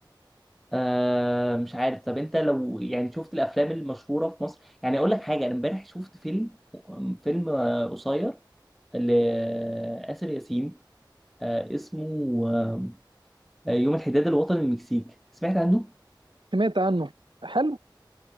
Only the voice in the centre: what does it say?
آه مش عارف طب انت لو يعني شفت الافلام المشهوره في مصر يعني اقول لك حاجه انا امبارح شفت فيلم فيلم آه، قصير لآسر ياسين آه اسمه آه يوم الحداد الوطني المكسيك سمعت عنه